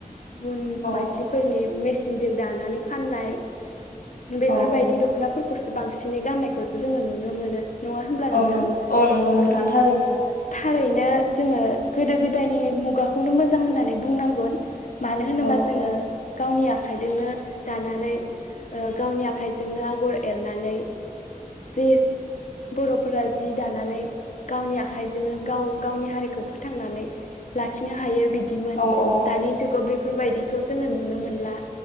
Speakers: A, on the left; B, on the left.
A: गुबुन
B: औ
A: मानसिफोरनि मेसिनजों दानानै फाननाय बेफोरबायदि
B: औ औ
A: दख'नाफोरखौसो बांसिनै गाननायखौ जोङो नुनो मोनो नङा होनब्ला
B: औ
A: नोंथां
B: नं औ नंगौ नोंथां
A: ओ?
B: थारैनो
A: थारैनो जोङो गोदो गोदायनि मुगाखौनो मोजां होननानै बुंनांगोन। मानो होनोबा
B: औ
A: जोङो
B: औ
A: गावनि आ आखाइजोंनो दानानै गावनि ओ आखाइजोंनो आगर एरनानै जे बर'फोरा जि दानानै गावनि आख आखाइ जोंनो गाव-गावनि हारिखौ फोथांनानै लाखिनो हायो बिद बिदिमोन
B: औ औ नं
A: दानि जुगाव बेफोरबायदिखौ जोङो नुनो मोनला